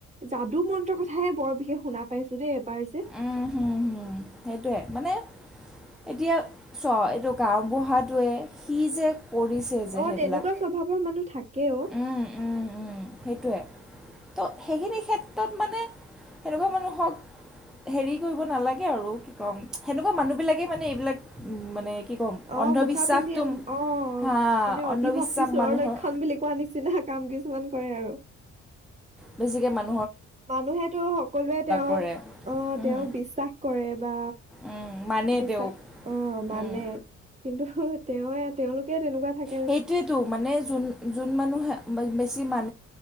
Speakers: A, on the right (about 25°); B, in the centre.
A: যাদু মন্ত্ৰৰ কথাহে বৰ বিশেষ শুনা পাইছো দেই এবাৰ যে
B: উম হম হম সেইটয়ে মানে <inaudible> এতিয়া চ এইটো গাওবুঢ়াটোৱে সি যে কৰিছে যে
A: অ
B: সেইবিলাক
A: তেনেকুৱা স্বভাৱৰ মানুহ থাকে অ
B: উম উম উম সেইটোৱে ত সেইখিনি ক্ষেত্ৰত মানে এনেকুৱা মানুহক হেৰি কৰিব নালাগে আৰু কি কম সেনেকুৱা মানুহ বিলাকে মানে এইবিলাক উ মানে কি <inaudible>
A: অ
B: অন্ধবিশ্বাসটো
A: মুখা পিন্ধি অ
B: হা
A: মানে অতি
B: অন্ধবিশ্বাস
A: ভক্তি চোৰৰ
B: মানুহৰ
A: লক্ষণ বুলি কোৱা নিছিনা নিচিনা কাম কিছুমান কৰে আৰু
B: বেছিকে মান
A: মানুহেতো সকলোৱে তেওঁক
B: কৰে
A: অ
B: উম
A: তেওঁক বিশ্বাস কৰে বা
B: উম মানে
A: বিশ্বাস
B: তেওঁক
A: অ মানে
B: উম
A: কিন্তু তেওঁ তেওঁলোকে তেনেকুৱা থাকে
B: সেইটোয়েতো মানে যোন যোন মানুহে বেছি মানুহ